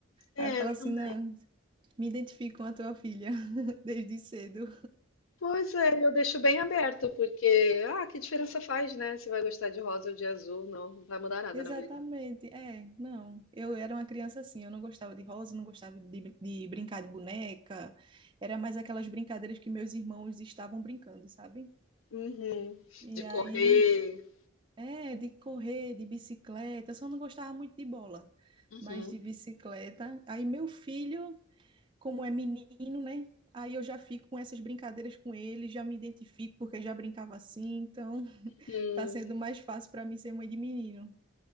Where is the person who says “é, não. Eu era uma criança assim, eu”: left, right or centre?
Right